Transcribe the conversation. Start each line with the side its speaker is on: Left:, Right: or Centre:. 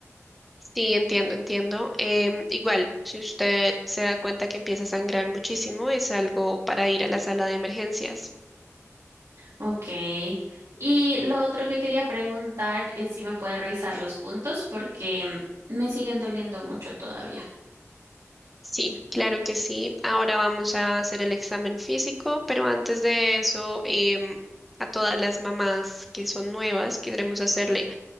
Centre: Sí, entiendo, entiendo. Em, igual, si usted se da cuenta que empieza a sangrar muchísimo, es algo para ir a la sala de emergencias.
Right: Ok. Y lo otro que quería preguntar es si me puede revisar los puntos porque mm, me siguen doliendo mucho todavía.
Centre: Sí, claro que sí. Ahora vamos a hacer el examen físico, pero antes de eso, em, a todas las mamás que son nuevas, queremos hacerle